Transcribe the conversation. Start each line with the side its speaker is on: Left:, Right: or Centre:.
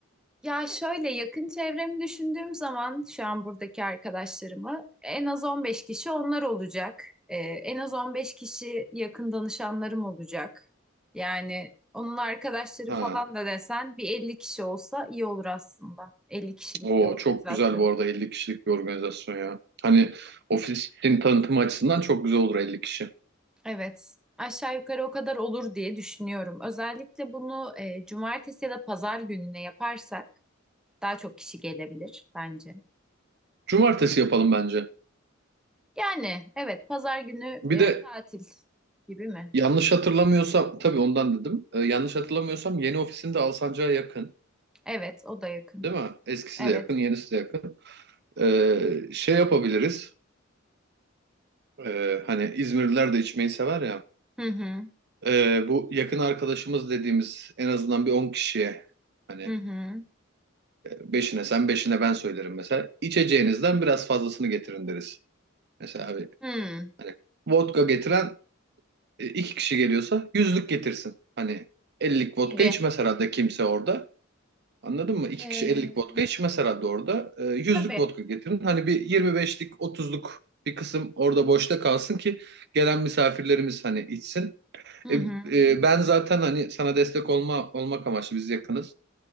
Centre: Ya şöyle yakın çevremi düşündüğüm zaman şu an buradaki arkadaşlarımı en az 15 kişi onlar olacak. Ee, en az 15 kişi yakın danışanlarım olacak. Yani onun arkadaşları
Right: Ha.
Centre: falan da desen bir 50 kişi olsa iyi olur aslında. 50 kişilik
Right: O
Centre: bir organizasyon.
Right: çok güzel bu arada 50 kişilik bir organizasyon ya. Hani ofisin tanıtım açısından çok güzel olur 50 kişi.
Centre: Evet. Aşağı yukarı o kadar olur diye düşünüyorum. Özellikle bunu e, cumartesi ya da pazar gününe yaparsak daha çok kişi gelebilir bence.
Right: Cumartesi yapalım bence.
Centre: Yani evet pazar günü
Right: Bir
Centre: e,
Right: de
Centre: tatil gibi mi?
Right: yanlış hatırlamıyorsam tabii ondan dedim. Ee, yanlış hatırlamıyorsam yeni ofisin de Alsancak'a yakın.
Centre: Evet o da yakın.
Right: Değil mi? Eskisi
Centre: Evet.
Right: de yakın, yenisi de yakın. Ee, şey yapabiliriz. Ee, hani İzmirliler de içmeyi sever ya.
Centre: Hı hı.
Right: Ee, bu yakın arkadaşımız dediğimiz en azından bir on kişiye hani
Centre: Hı hı.
Right: beşine sen beşine ben söylerim mesela. İçeceğinizden biraz fazlasını getirin deriz. Mesela abi
Centre: Hı.
Right: hani vodka getiren e, iki kişi geliyorsa yüzlük getirsin. Hani 50'lik vodka
Centre: Gibi.
Right: içmez herhalde kimse orada. Anladın mı?
Centre: Ee,
Right: İki kişi 50'lik vodka içmez herhalde orada. Ee, yüzlük
Centre: tabii.
Right: vodka getirin. Hani bir 25'lik 30'luk bir kısım orada boşta kalsın ki gelen misafirlerimiz hani içsin.
Centre: Hı
Right: E,
Centre: hı.
Right: e, ben zaten hani sana destek olma olmak amaçlı biz yakınız.